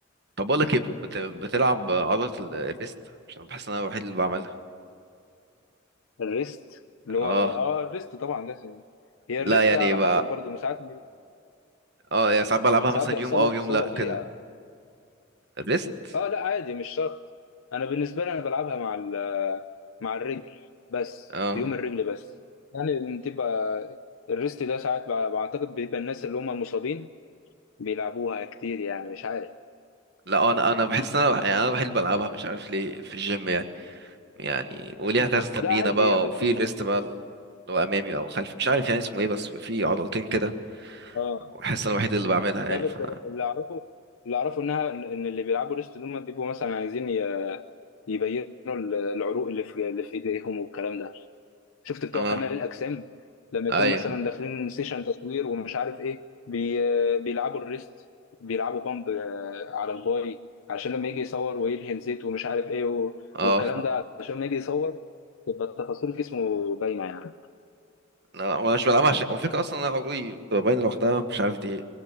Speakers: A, on the right; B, on the left.
A: طب بقول لك ايه بت... بتلعب عضله ال- الريست عشان بحس ان انا الوحيد اللي بعملها
B: الريست اللي
A: اه
B: هو اه الريست طبعا لازم هي
A: لا
B: الريست
A: يعني
B: على
A: ب...
B: حسب برضو مش عارف
A: اه يعني ساعات بلعبها
B: ساعات
A: مثلا
B: بيحصل
A: يوم اه
B: لك
A: ويوم
B: اصابه
A: لا كده
B: فيها
A: الريست
B: اه لا عادي مش شرط انا بالنسبه لي انا بلعبها مع ال- مع الرجل بس
A: اه
B: في يوم الرجل بس يعني بتبقى الريست ده ساعات بع- بعتقد بيبقى الناس اللي هم المصابين بيلعبوها كتير يعني مش عارف
A: لا انا انا بحس ان انا يعني انا الوحيد اللي بلعبها مش عارف ليه في الجيم يعني يعني وليها كذا تمرينة
B: لا عادي
A: بقى
B: هي بت...
A: وفي
B: بت-
A: ليست بقى اللي هو أمامي أو خلفي مش عارف يعني اسمه إيه بس في عضلتين كده
B: اه
A: وبحس أنا الوحيد اللي بعملها
B: لا
A: يعني
B: بت...
A: ف
B: اللي اعرفه اللي اعرفه انها ان إن اللي بيلعبوا ريست دول هم بيبقوا مثلا عايزين ي- يبينوا ال- العروق اللي في اللي في ايديهم والكلام ده شفت بتوع
A: آه
B: كمال الاجسام لما يكونوا
A: أيوه
B: مثلا داخلين سيشن تصوير ومش عارف ايه بي... بيلعبوا الريست بيلعبوا بامب آه، على الباي عشان لما يجي يصور ويدهن زيت ومش عارف ايه و...
A: آه
B: والكلام ده عشان لما يجي يصور تبقى تفاصيل جسمه باينه يعني
A: لا وأنا مش بلعبها عشان وفكرة أصلا أنا عروقي بتبقى باينة لوحدها مش عارف دي